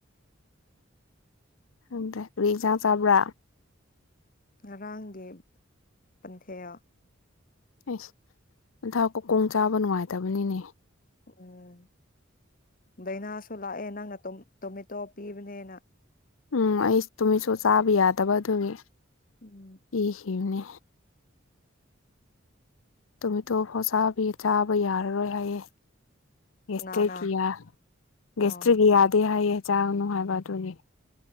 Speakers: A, on the left; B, on the left.
A: ꯈꯪꯗ‌ꯦ <unintelligible> ꯆꯥꯛ ꯆꯥꯕ꯭ꯔ
B: ꯉꯔꯥꯡꯒꯤ ꯄꯟꯊ‌ꯦꯌꯥ
A: ꯑꯦꯁ ꯅꯟꯊꯥ ꯀꯨꯀꯣꯡ ꯆꯥꯕ ꯅꯨꯡꯉꯥꯏꯇꯕꯅꯤꯅꯦ
B: ꯎꯝ ꯗꯥꯏꯅꯥꯁꯨ ꯂꯥꯛꯑꯦ ꯅꯪꯅ ꯑꯗꯨꯝ ꯇꯣꯃꯦꯇꯣ ꯄꯤꯕꯅꯦꯅꯥ
A: ꯎꯝ ꯑꯩ ꯇꯨꯃꯦꯇꯣꯁꯨ ꯆꯥꯕ ꯌꯥꯗꯕ ꯑꯗꯨꯒꯤ
B: ꯎꯝ
A: ꯏꯍꯤꯝꯅꯦ ꯇꯨꯃ‌ꯦꯇꯣ ꯐꯥꯎ ꯆꯥꯕꯤ ꯆꯥꯕ ꯌꯥꯔꯔꯣꯏ ꯍꯥꯏꯌꯦ ꯌꯦꯁꯇꯔꯒꯌꯥ
B: ꯀꯅꯥꯅ
A: ꯌꯦꯁꯇꯔ
B: ꯑꯣ
A: ꯌꯥꯗꯦ ꯍꯥꯏꯌ‌ꯦ ꯆꯥ ꯅꯨꯍꯥꯉꯏꯕ ꯑꯗꯨꯒꯤ